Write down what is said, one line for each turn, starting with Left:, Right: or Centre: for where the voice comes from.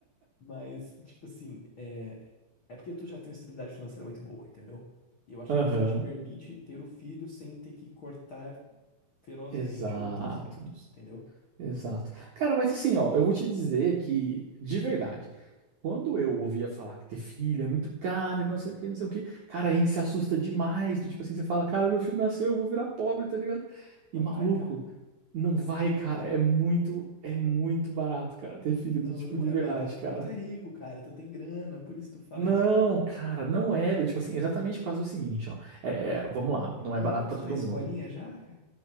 Left: mas, tipo assim, é. É porque tu já tem uma estabilidade financeira muito boa, entendeu? E Eu acho
Right: Aham.
Left: que isso te permite ter o filho sem ter que cortar ferozmente
Right: Exato,
Left: outros hábitos, entendeu?
Right: exato. Cara, mas assim, ó, eu vou te dizer que, de verdade, Quando eu ouvia falar que ter filho é muito caro e não sei o que, não sei o que, cara, a gente se assusta demais. Do tipo assim, você fala, cara, meu filho nasceu, eu vou virar pobre, tá ligado? E
Left: Mas
Right: maluco,
Left: vai, cara.
Right: não vai, cara. É muito, é muito barato, cara, ter filho
Left: Não,
Right: do tipo
Left: não
Right: de
Left: é
Right: verdade,
Left: barato,
Right: cara.
Left: mano. Tu é rico, cara. Tu tem grana, por isso tu fala
Right: Não,
Left: isso.
Right: cara, não é. do Tipo assim, exatamente por causa do seguinte, ó. É, é, vamos lá, não é
Left: Já
Right: barato
Left: viu quanto
Right: pra todo
Left: tá a escolinha
Right: mundo.
Left: já, cara?